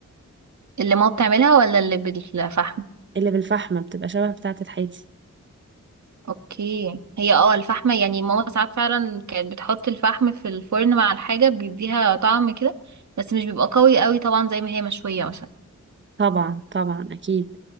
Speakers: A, on the right; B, on the right.
A: اللي ماما بتعملها ولا اللي بالفحم
B: اللي بالفحمة بتبقى شبه بتاعة الحيتي
A: اوكي هي اه الفحمة يعني ماما ساعات فعلا كانت بتحط الفحم في الفرن مع الحاجة بيديها طعم كده بس مش بيبقى قوي قوي طبعا زي ما هي مشوية مثلا
B: طبعا طبعا اكيد